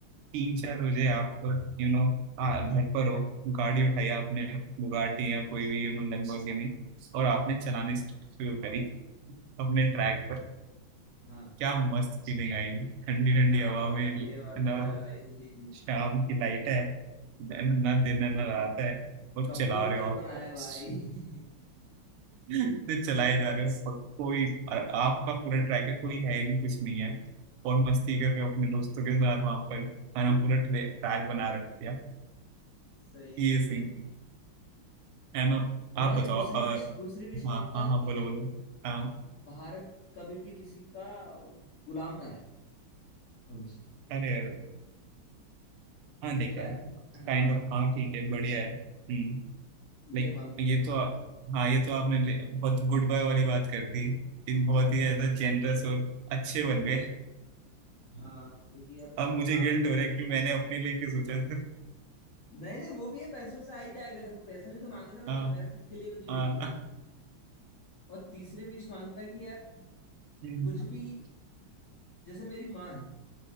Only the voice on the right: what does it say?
तीन चार बजे आप यू नो घर पर हो गाड़ी उठाई आपने बुगाटी या कोई भी यू नो लैम्बोर्गिनी और आपने
चलाने शुरू करी अपने ट्रैक पर
क्या मस्त फीलिंग आएगी ठंडी ठंडी
हवा
में है
ना
शाम की लाइट है, मैंने ना दिन है ना रात है और
चला रहे
हो आप
<laughs> तो चलाए जा रहे हो और कोई और आपका पूरा ट्रैक है कोई है नहीं कुछ नहीं है और मस्ती कर रहे हो अपने दोस्तों के साथ वहां पर है ना पूरा ट्रैक बना रखा है
ये
सीन
है ना
आप
बताओ
और
हाँ हाँ हाँ
बोलो बोलो हाँ
अरे अरे हाँ देखा
है काइंड
ऑफ हाँ ठीक है बढ़िया है हम्म
लाइक
ये
तो आ- हाँ ये तो आपने ले- बहुत गुड बाय वाली बात कर दी कि बहुत ही ज्यादा जेनरस और अच्छे बन गए
अब मुझे
गिल्ट
हो रहा है कि मैंने अपने लिए क्यों सोचा सिर्फ
हाँ
हाँ
<laughs>